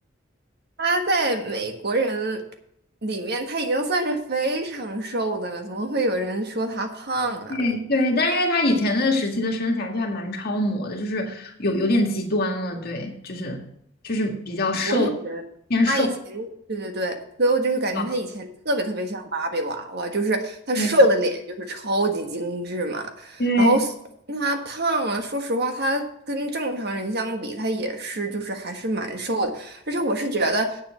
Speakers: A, on the right (about 55°); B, on the left (about 55°).
A: 他在美国人里面，他已经算是非常瘦的了，怎么会有人说他胖啊？
B: 对对，但因为他以前那个时期的身材就还蛮超模的，就是有有点极端了，对，就是就是比较瘦，
A: 我也觉得他以前，
B: 偏瘦
A: 对对对，所以我就是感觉他以前特别特别像芭比娃娃，
B: 啊
A: 就是他瘦的脸就是超级精致嘛，
B: 对对对。
A: 然后他胖了，说实话，他跟正常人相比，他也是就是还是蛮瘦的，而且我是觉得